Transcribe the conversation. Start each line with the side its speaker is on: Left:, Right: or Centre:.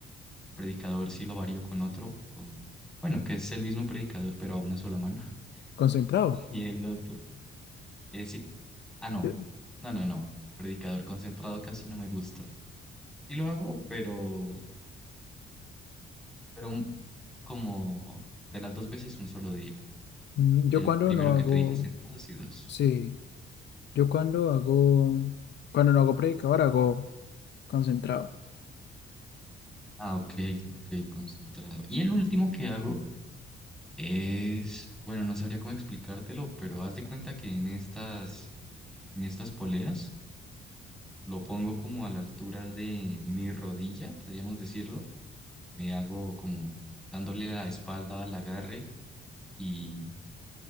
Centre: El predicador sí lo varío con otro, con, bueno, que es el mismo predicador, pero a una sola mano. <laughs>
Left: concentrado.
Centre: Y el otro, es sí. Ah, no,
Left: Yo,
Centre: no, no, no. Predicador concentrado casi no me gusta. Sí lo hago, pero, pero un- como de las dos veces un solo día.
Left: mm, yo
Centre: El
Left: cuando
Centre: primero
Left: no
Centre: que
Left: hago,
Centre: te dije sentados y dos.
Left: sí, yo cuando hago, cuando no hago predicador hago concentrado.
Centre: Ah, ok, ok, concentrado. Y el último que hago. Es, bueno, no sabría cómo explicártelo, pero haz de cuenta que en estas, eh, en estas poleas lo pongo como a la altura de mi rodilla, podríamos decirlo. Me hago como dándole la espalda al agarre y